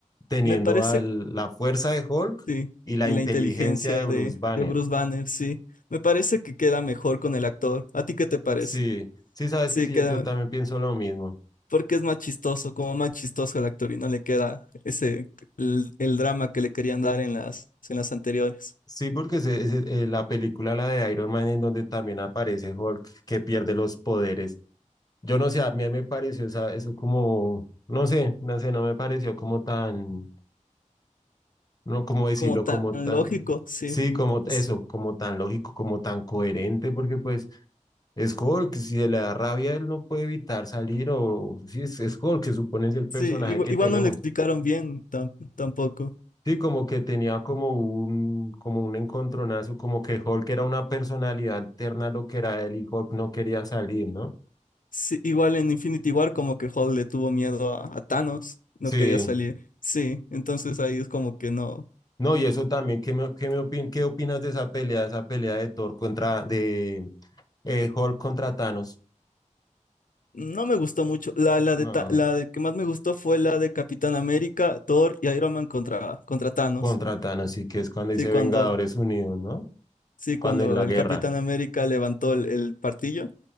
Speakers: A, on the left; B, on the left.
A: teniendo
B: Me parece,
A: al- la fuerza de Hulk
B: sí.
A: y la
B: Y
A: inteligencia
B: la inteligencia
A: de Bruce
B: de,
A: Banner.
B: de Bruce Banner, sí. Me parece que queda mejor con el actor. ¿A ti qué te parece?
A: Sí, sí, sabes
B: Sí,
A: que sí,
B: queda.
A: yo, yo también pienso lo mismo.
B: Porque es más chistoso, como más chistoso el actor y no le queda ese, el, el drama que le querían dar en las, en las anteriores.
A: Sí, porque se- es, eh, la película, la de Iron Man, en donde también aparece Hulk, que pierde los poderes. Yo no sé, a mí me pareció esa- eso como, no sé, no sé, no me pareció como tan no como decirlo
B: como tan
A: como
B: lógico,
A: tan,
B: sí.
A: sí, como eso,
B: S-
A: como tan lógico, como tan coherente, porque pues es Hulk, si le da rabia él no puede evitar salir o sí, es, es Hulk, se supone es el personaje
B: Sí, igua-
A: que
B: igual,
A: tenemos.
B: no le explicaron bien tam- tampoco.
A: Sí, como que tenía como un, como un encontronazo, como que Hulk era una personalidad alterna a lo que era él y Hulk no quería salir, ¿no?
B: Sí, igual en Infinity War como que Hulk le tuvo miedo a, a Thanos, no
A: Sí.
B: quería salir. Sí, entonces ahí es como que no,
A: No, y eso también, ¿qué, me, qué, me opin- qué opinas de esa pelea, esa pelea de Thor contra, de eh, Hulk contra Thanos?
B: no me gustó mucho. La, la
A: No.
B: de Ta- la de que más me gustó fue la de Capitán América, Thor y Iron Man contra, contra Thanos.
A: contra Thanos, y que es cuando
B: Sí,
A: dice
B: cuando,
A: Vengadores Unidos, ¿no?
B: sí,
A: Cuando
B: cuando
A: en la
B: el
A: guerra.
B: Capitán América levantó el, el martillo,